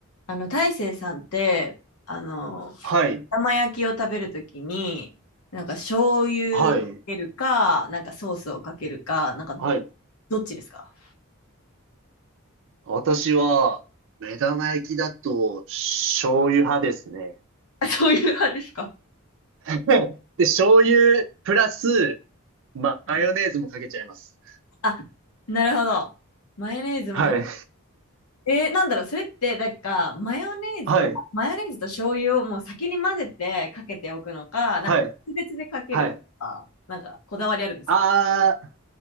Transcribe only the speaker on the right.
はい、
はい、
はい。
私は、目玉焼きだと、醤油派ですね。
<laughs> で、醤油プラス、マヨネーズもかけちゃいます。
はい、
はい、
はい、
はい。
あー、